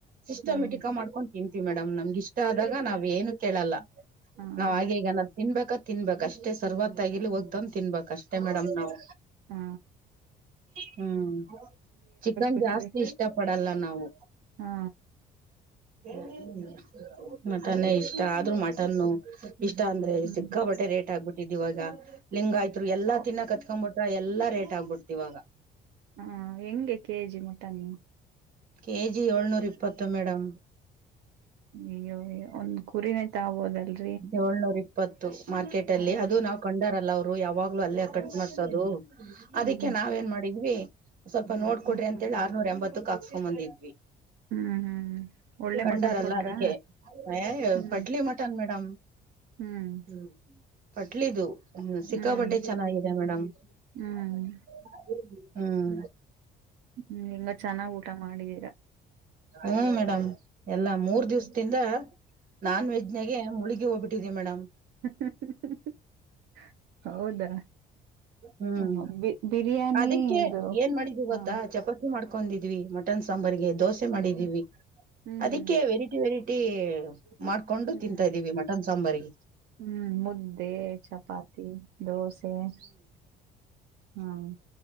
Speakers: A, on the right; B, on the right.
A: ಸಿಸ್ಟಮೆಟಿಕಾಗ್
B: ಹ್ಮ್
A: ಮಾಡ್ಕೊಂಡು ತಿಂತೀವಿ ಮೇಡಮ್ ನಮ್ಗ ಇಷ್ಟ ಆದಾಗ ನಾವ್ ಏನು ಕೇಳಲ್ಲ.
B: ಹ್ಮ್
A: ನಾವ್ ಆಗ ಈಗ ನ ತಿನ್ಬೇಕ ತಿನ್ಬೇಕಕ್ ಅಷ್ಟೇ ಸರ್ವಾತ್ತಾಗಿರ್ಲಿ ಹೋಗ್ತನ್ ತಿನ್ಬೇಕ್ ಅಷ್ಟೇ ಮೇಡಮ್ ನಾವ್
B: ಹಾ
A: ಹ್ಮ್ ಚಿಕನ್
B: ಬಿಟ್ರಿ
A: ಜಾಸ್ತಿ ಇಷ್ಟ ಪಡಲ್ಲ ನಾವು
B: ಹಾ
A: <unintelligible> ಮಟನ್ನೇ ಇಷ್ಟ ಆದ್ರೂ ಮಟನ್ನು ಇಷ್ಟ ಅಂದ್ರೆ
B: ಹ್ಮ್
A: ಸಿಕ್ಕಾ ಪಟ್ಟೆ ರೇಟ್ ಆಗ್ಬಿಟ್ಟಿದ್ ಇವಾಗ ಲಿಂಗಾಯ್ತ್ರು ಎಲ್ಲಾ
B: ಹ
A: ತಿನ್ನಕತ್ತ ಹಾಕೊಂಬ ಬಿಟ್ರೆ ಎಲ್ಲ ರೇಟ್ ಆಗ್ಬಿಡ್ತಿ ಇವಾಗ
B: ಹಾ ಹೆಂಗೆ ಕೆಜಿ ಮಟನ್ನು
A: ಕೆ ಜಿ ಏಳ್ನೂರ ಇಪ್ಪತ್ತು ಮೇಡಮ್
B: ಅಯ್ಯೋ ಒಂದ್ ಕುರಿನ ತಗೋಬೋದಲ್ರಿ
A: ಏಳ್ನೂರ ಇಪ್ಪತ್ತು ಮಾರ್ಕೆಟ್ ಅಲ್ಲಿ
B: ಹ್ಮ್
A: ಅದು ನಾವ್ ಕಂಡಾರಲ್ಲ ಅವ್ರು ಯಾವಾಗ್ಲೂ ಅಲ್ಲೇ ಕಟ್ ಮಾಡ್ಸೋದು ಅದಿಕ್ಕೆ
B: ಹ್ಮ್
A: ನಾವ ಏನ್ ಮಾಡಿದ್ವಿ ಸ್ವಲ್ಪ ನೋಡ್ಕಡ್ರಿ
B: ಹ್ಮ್
A: ಅಂತೇಳಿ ಆರ್ನೂರ್ ಎಂಬತ್ತಕ ಹಾಕ್ಸ್ಕೊ ಬಂದಿದ್ವಿ
B: ಹ್ಮ್ ಒಳ್ಳೆ
A: <inaudible> ಕಂಡಾರಲ್ಲ
B: ಮಟನ್ ಕೊಟ್ರಾ
A: ಅದಕ್ಕೆ ಅಯ್ಯಯ್ಯೋ
B: ಹ್ಮ್
A: ಪಟ್ಲಿ ಮಟ್ಟ ಮೇಡಂ <inaudible>
B: ಹ್ಮ್
A: ಹ್ಮ ಪಟ್ಲಿದು ಸಿಕ್ಕಾಪಟ್ಟೆ
B: ಹ್ಮ್
A: ಚೆನ್ನಾಗಿದೆ ಮೇಡಮ್
B: ಹ್ಮ್
A: <inaudible> ಹ್ಮ್
B: ಹ್ಮ್ ಇನ್ನ ಚೆನ್ನಾಗ್ ಊಟ ಮಾಡಿದೀರಾ
A: ಹ್ಮ್ ಮೇಡಮ್ ಎಲ್ಲ ಮೂರ್
B: ಹ್ಮ್
A: ದಿವ್ಸದಿಂದ <inaudible> ನಾನ್ ವೆಜ್ ಜೊತೆಗೆ ಮುಳಗಿ ಹೋಗ್ಬಟ್ಟಿದೆ ಮೇಡಮ್
B: <unintelligible> ಹೌದಾ
A: ಹ್ಮ್
B: ಹ ಬಿ ಬಿರಿಯಾನಿ
A: <inaudible> ಅದಕ್ಕೆ
B: ಇದು
A: ಏನ್ ಮಾಡಿದ ಗೊತ್ತಾ
B: ಹಾ
A: ಚಪಾತಿ ಮಾಡ್ಕೊಂಡಿದ್ವಿ ಮಟನ್ ಸಾಂಬಾರ್ಗೆ ದೋಸೆ ಮಾಡಿದೀವಿ
B: ಹ್ಮ್
A: <inaudible>
B: ಹ್ಮ್
A: ಅದಕ್ಕೆ ವೆರಿ ವೆರೈಟಿ ಮಾಡ್ಕೊಂಡು
B: ಹ್ಮ್
A: ತಿಂತಾ ಇದೀವಿ ಮಟನ್ ಸಾಂಬಾರ್ಗೆ.
B: ಹ್ಮ್ ಮುದ್ದೆ ಚಪಾತಿ ದೋಸೆ <inaudible> ಹ್ಮ